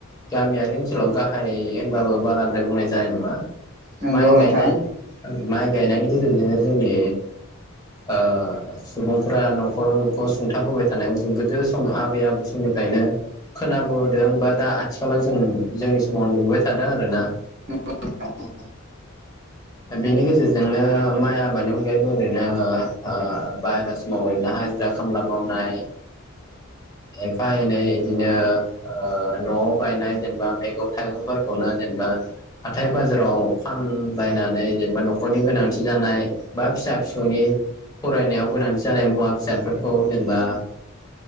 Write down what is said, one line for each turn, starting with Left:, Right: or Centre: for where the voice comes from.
Left: गामियारि ओनसोलाव गाहाय होनबाबो बाराद्राय बुंनाय जानाय नङा
Right: नोंगौ
Left: माइ गायनाय
Right: नोंथां
Left: माइ गायनायनि गेजेरजोंनो जोंनि ओ सुबुंफोरा न'खरखौ सुंथाबोबाय थानाय जों गोदो सम आबै आबौ सम समनिफ्रायनो खोनाबोदों बा दा आथिखालाव जों जोंनि समाव नुुबाय थादों आरोना
Right: <unintelligible>
Left: अ बेनि गेजेरजोंनो माइ आबादनि अनगायैबो ओरैनो ओ बायेरा समावैनो हाजिरा खामला मावनाय। एफा एनै बिदिनो ओ न'आव गायनाय जेनेबा मैगं थाइगंफोरखौनो जेनेबा हाथाय बाजाराव फानबायायनानै जेनेबा न'खरनि गोनांथि जानाय बा फिसा फिसौनि फरायनायाव गोनांथि जानाय मुवा फिसादफोरखौ जेनेबा